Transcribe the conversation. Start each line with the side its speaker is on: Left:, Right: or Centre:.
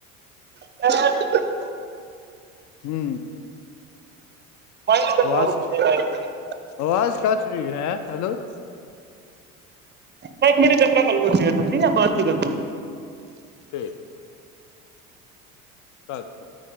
Right: ਹਹ <unintelligible> <unintelligible>
Left: ਹੂੰ
Right: ਮਾਈਂਡ ਕੰਟਰੋਲ
Left: ਆਵਾਜ਼
Right: ਹੋਣਾ ਚਾਹੀਦਾ ਹੈ
Left: ਆਵਾਜ਼ ਕਟ ਰਹੀ ਹੈ ਹੈਲੋ
Right: ਮੈਂ ਇੱਕ ਮਿੰਟ ਚ ਕਰਦਾ ਬ ਬਾਦ ਚ ਕਰਦਾ
Left: ੀ <unintelligible> <unintelligible> ਸ <unintelligible> <unintelligible>